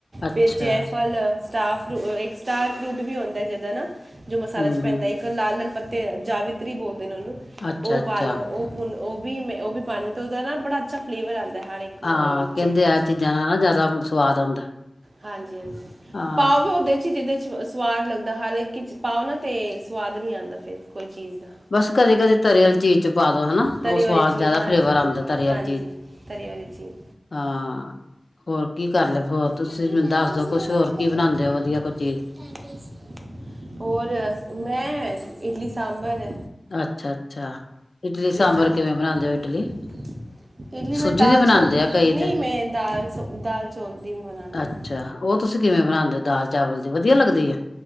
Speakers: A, on the left; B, on the right.
A: ਅੱਛਾ
B: ਫ਼ੇਰ ਜੈਫਲ, ਸਟਾਰ ਫੂ ਇੱਕ ਸਟਾਰ ਫਰੂਟ ਵੀ ਆਉਂਦਾ ਜਿਦਾ ਨਾ। ਜੋ ਮਸਾਲਾ
A: ਹੂੰ-ਹੂੰ
B: 'ਚ ਪੈਂਦਾ ਇੱਕ ਲਾਲ ਲਾਲ ਪੱਤੇ, ਜਾਵਿਤਰੀ ਬੋਲਦੇ ਨੇ ਉਹਨੂੰ
A: ਅੱਛਾ-ਅੱਛਾ
B: ਉਹ ਪਾ ਲਉ। ਉਹ ਉਹ ਵੀ ਉਹ ਵੀ ਪਾਉਣੀ ਉਹਦਾ ਨਾ ਬੜਾ ਅੱਛਾ ਫਲੇਵਰ ਆਉਦਾ ਹੈ। ਹਰ ਇੱਕ ਮ-
A: ਹਾਂ
B: ਅਹ
A: ਕਹਿੰਦੇ
B: ਚੀਜ਼ ਵਿੱਚ
A: ਆ ਚੀਜ਼ਾਂ ਨਾਲ ਨਾ ਜ਼ਿਆਦਾ ਸਵਾਦ ਆਉਂਦਾ।
B: ਹਾਂਜੀ- ਹਾਂਜੀ
A: ਹਾਂ-ਹਾਂ
B: ਪਾਓ ਵੀ, ਉਹਦੇ ਚ, ਹੀ ਜਿਹਦੇ ਚ ਸਵਾਦ ਲੱਗਦਾ। ਹਰ ਇਕ ਵਿਚ ਪਾਓ ਨਾ ਤੇ ਸਵਾਦ ਨਹੀਂ ਆਉਂਦਾ। ਫਿਰ ਕੋਈ ਚੀਜ਼ ਦਾ
A: ਬਸ ਕਦੇ-ਕਦੇ ਤਰੀ ਆਲੀ ਚੀਜ਼ ਚ ਪਾ ਦੋ ਹਨਾ
B: ਤਰੀ
A: ਉਹ ਸਵਾਦ
B: ਵਾਲੀ ਚੀਜ਼
A: ਜ਼ਿਆਦਾ
B: ਹਾਂਜੀ
A: ਫਲੇਵਰ
B: ਹਾਂਜੀ
A: ਆਉਂਦਾ ਤਰੀ ਆਲੀ
B: -ਹਾਂਜੀ,
A: ਚੀਜ਼ ਚ।
B: ਤਰੀ ਵਾਲੀ ਚੀਜ਼
A: ਹਾਂ ਹੋਰ ਕੀ ਗੱਲ ਕਰੋ ਹੋਰ ਤੁਸੀਂ
B: ਮੰਮੀ
A: ਮੈਨੂੰ
B: ਦਾਦੀ
A: ਦੱਸ ਦੋ,
B: ਜੀ
A: ਕੁਛ ਹੋਰ
B: ਕਰ
A: ਕੀ
B: ਰਹੇ
A: ਬਣਾਉਂਦੇ ਹੋ ਵਧੀਆ
B: ਦਾਦੀ
A: ਕੋਈ ਚੀਜ਼।
B: ਹੋਰ, ਮੈਂ, ਇਡਲੀ ਸਾਂਭਰ
A: ਅੱਛਾ, ਅੱਛਾ ਇਡਲੀ, ਸਾਂਬਰ
B: ਸਾਂਬਰ
A: ਕਿਵੇਂ ਬਣਾਉਂਦੇ ਹੋ, ਇਡਲੀ?
B: ਇਡਲੀ ਮੈਂ
A: ਸੂਜੀ
B: ਦਾਲ,
A: ਦੀ ਬਣਾਉਂਦੇ
B: ਚੌਲ,
A: ਆ ਕਈ
B: ਨਹੀਂ
A: ਤੇ
B: ਮੈਂ ਦਾਲ ਦਾਲ ਚੌਲ ਦੀ ਵੀ ਬਣਾਨੀ
A: ਅੱਛਾ
B: ਹਾਂ।
A: ਉਹ ਤੁਸੀਂ ਕਿਵੇਂ ਬਣਾਉਂਦੇ ਹੋ, ਦਾਲ ਚਾਵਲ ਦੀ ਵਧੀਆ ਲੱਗਦੀ ਹੈ।